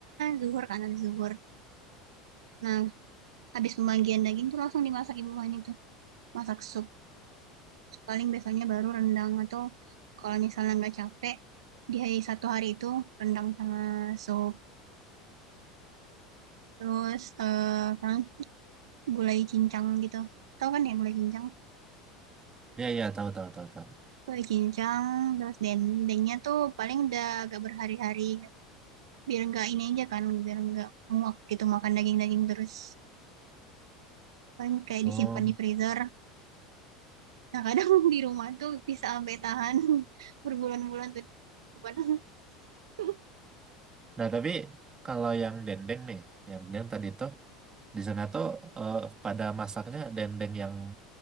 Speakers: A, on the right; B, on the right.
A: zuhur kan, habis zuhur. Nah, habis pembagian daging tuh langsung dimasak ibu kan itu. Masak sup. Paling biasanya baru rendang atau kalau misalnya nggak capek, di hari satu hari itu rendang sama sup. Terus eh kan gulai cincang gitu. Tahu kan ya gulai cincang?
B: Ya ya tahu tahu tahu tahu.
A: Gulai cincang, terus dendengnya tuh paling udah agak berhari-hari. biar nggak ini aja kan biar nggak muak gitu makan daging-daging terus paling kayak
B: Hmm.
A: disimpan di freezer nah kadang <laughs> di rumah tuh bisa sampai tahan <laughs> berbulan-bulan tuh korban <laughs>
B: Nah tapi kalau yang dendeng nih, yang dendeng tadi itu Di sana tuh eh, pada masaknya dendeng yang